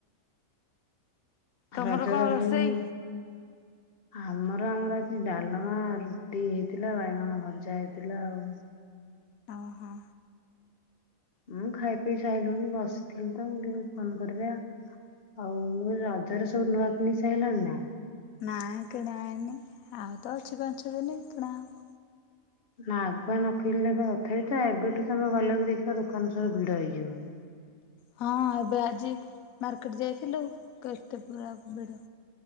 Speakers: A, on the left; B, on the left.
A: ତମର
B: ରଜ
A: କଣ
B: ପାଇଁ
A: ରୋଷେଇ?
B: ଆମର ଆମର ଆଜି ଡାଲମା ରୁଟି ହେଇଥିଲା ବାଇଗଣ ଭଜା ହେଇଥିଲା ଆଉ
A: ଆଉ ହଁ।
B: ମୁଁ ଖାଇ ପିଇ ସାଇିଲୁଣିି ବସିଥିଲୁ ତ ଟିକେ ଫୋନ କରିବା। ଆଉ ମୁଁ ରଜରେ ସବୁ ନୂଆ କିଣିସାଇଲଣି ନା।
A: ନାଇଁ କିଣାହୋଇନିଆଉ ତ ଅଛି ପାଞ୍ଚ ଦିନ କିଣା ହବ।
B: ନା ଆଗୁଆ ନକିଣିଲେ ବା ତଥାପି ତ ଏବେଠୁ ତମେ ଗଲେ ବି ଦେଖିବ ଦୋକାନ ସବୁ ଭିଡ ହେଇଯିବନି?
A: ହଁ ଏବେ ଆଜି ମାର୍କେଟ ଯାଇଥିଲୁ କେତେ ପୁରା ଭିଡ।